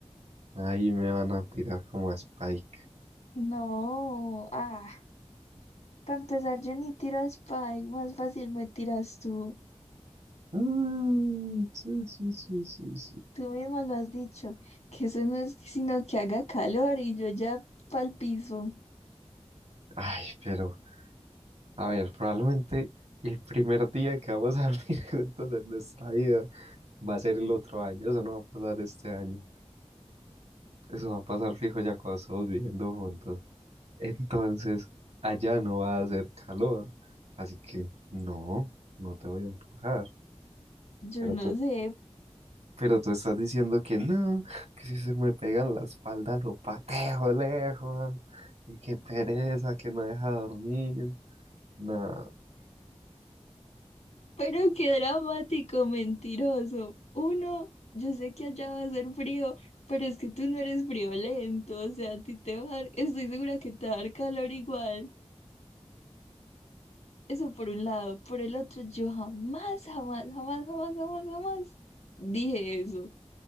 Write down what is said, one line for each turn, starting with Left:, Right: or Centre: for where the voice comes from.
Right: Ahí me van a tirar como a Spike.
Left: No, ah, para empezar yo ni tiro a Spike, más fácil me tiras tú.
Right: Mm, sí, sí, sí, sí, sí.
Left: Tú mismo lo has dicho, que eso no es sino que haga calor y yo ya pa'l piso.
Right: Ay, pero, a ver, probablemente el primer día que vamos a dormir <laughs> juntos en nuestra vida va a ser el otro año. Eso no va a pasar este año. Eso va a pasar fijo ya cuando estamos viviendo juntos. Entonces, allá no va a hacer calor. Así que, no, no te voy a empujar.
Left: Yo
Right: Pero
Left: no sé.
Right: Pero tú estás diciendo que no, que si se me pega en la espalda lo pateo lejos, y que pereza, que no deja dormir. No,
Left: Pero qué dramático, mentiroso. Uno, yo sé que allá va a ser frío, pero es que tú no eres friolento, o sea, a ti te va a dar, estoy segura que te va a dar calor igual. Eso por un lado. Por el otro, yo jamás, jamás, jamás, jamás, jamás, jamás dije eso.